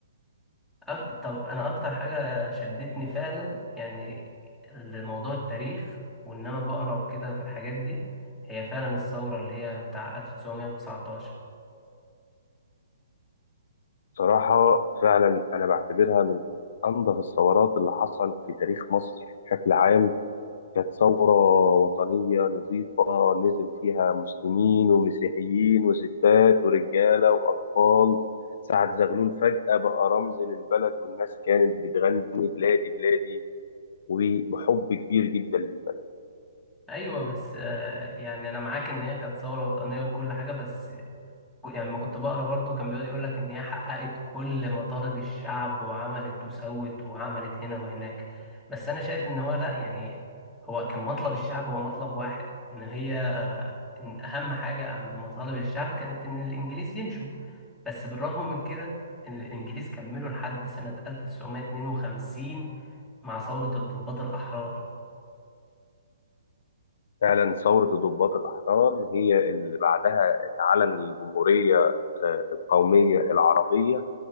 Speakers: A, in the centre; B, on the left.
A: أك- طب انا اكتر حاجه شدتني فعلا يعني لموضوع التاريخ وان انا بقرا وكده في الحاجات دي هي فعلا الثوره اللي هي بتاع 1919
B: صراحة فعلا أنا بعتبرها من أنظف الثورات اللي حصل في تاريخ مصر بشكل عام كانت ثورة وطنية نظيفة نزل فيها مسلمين ومسيحيين وستات ورجالة وأطفال سعد زغلول فجأة بقى رمز للبلد والناس كانت بتغني بلادي بلادي وبحب كبير جدا للبلد
A: ايوه بس آه، يعني انا معاك ان هي كانت ثوره وطنيه وكل حاجه بس يعني لما كنت بقرا برضو كان بيقعد يقول لك ان هي حققت كل مطالب الشعب وعملت وسوت وعملت هنا وهناك بس انا شايف ان هو لا يعني هو كان مطلب الشعب هو مطلب واحد ان هي إن اهم حاجة عند مطالب الشعب كانت ان الانجليز يمشوا بس بالرغم من كده ان الانجليز كملوا لحد سنة 1952 مع ثورة الضباط الاحرار
B: فعلا ثورة الضباط الأحرار هي اللي بعدها اتعلن الجمهورية آه، القومية العربية